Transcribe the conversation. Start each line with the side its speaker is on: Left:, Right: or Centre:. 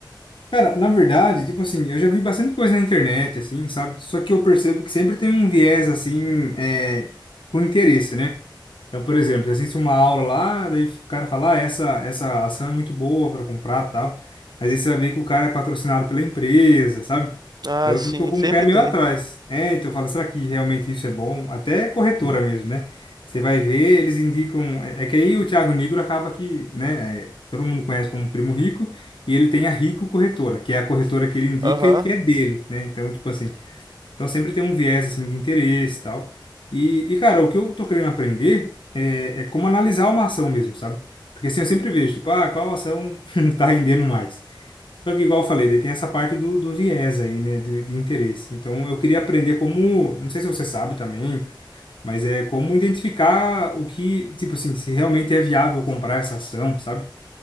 Left: Cara, na verdade, tipo assim, eu já vi bastante coisa na internet, assim, sabe? Só que eu percebo que sempre tem um viés, assim, é, com interesse, né? Então, por exemplo, você assiste uma aula lá, daí o cara fala, ah, essa, essa ação é muito boa para comprar e tal. Mas aí você vai ver que o cara é patrocinado pela empresa, sabe?
Right: Ah,
Left: Então
Right: sim,
Left: eu fico com
Right: sempre
Left: o pé meio
Right: tem.
Left: atrás. É, então eu falo, será que realmente isso é bom? Até corretora mesmo, né? Você vai ver, eles indicam. É, é que aí o Thiago Nigro acaba que, né? é, todo mundo conhece como Primo Rico, e ele tem a Rico Corretora, que é a corretora que ele indica
Right: Aham.
Left: e que é dele, né? Então, tipo assim. Então sempre tem um viés assim de interesse e tal. E, e cara, o que eu tô querendo aprender é, é como analisar uma ação mesmo, sabe? Porque assim eu sempre vejo, tipo, ah, qual ação <laughs> tá rendendo mais? Só que igual eu falei, daí tem essa parte do, do viés aí, né, de, de interesse. Então eu queria aprender como, não sei se você sabe também, mas é como identificar o que, tipo assim, se realmente é viável comprar essa ação, sabe?